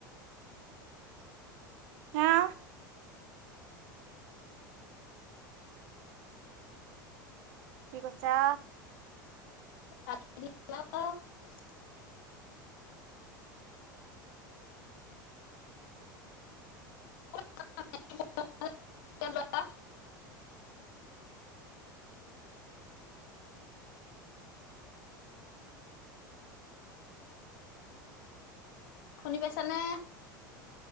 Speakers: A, on the right; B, on the left.
A: এয়া কি কৈছা?
B: <inaudible> <inaudible> শুনি পাইছানে?